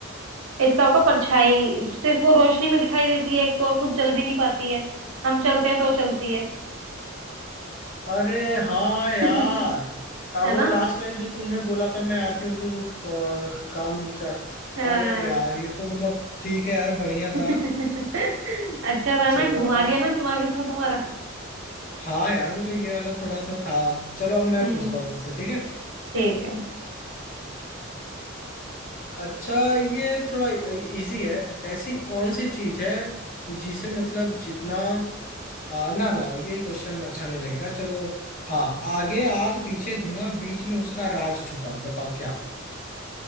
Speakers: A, on the right (about 75°); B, on the left (about 40°).
A: इसका होगा परछाई सिर्फ वो रोशनी में दिखाई देती है एक तो और खुद चल भी नहीं पाती है हम चलते हैं तो चलती है
B: अरे हाँ यार
A: <laughs>
B: हाँ,
A: है
B: वो
A: ना
B: लास्ट लाइन जो तूने बोला था मैं आती हूँ तो अ, काम रुक जा
A: हाँ
B: अरे यार ये तो मतलब ठीक है यार बढ़िया था
A: <laughs> अच्छा था
B: चलो
A: ना घुमा
B: अब
A: दिया ना दिमाग इसने तुम्हारा
B: हाँ यार मतलब ये वाला थोड़ा सा था चलो अब मैं
A: हम्म
B: पूछता हूँ तुमसे ठीक है
A: ठीक है
B: अच्छा ये थोड़ा इजी है ऐसी कौन सी चीज है जिसे मतलब जितना आ, ना ना ये क्वेश्चन अच्छा नहीं लगेगा चलो हाँ आगे आग पीछे धुआं बीच में उसका राज छुपा बताओ क्या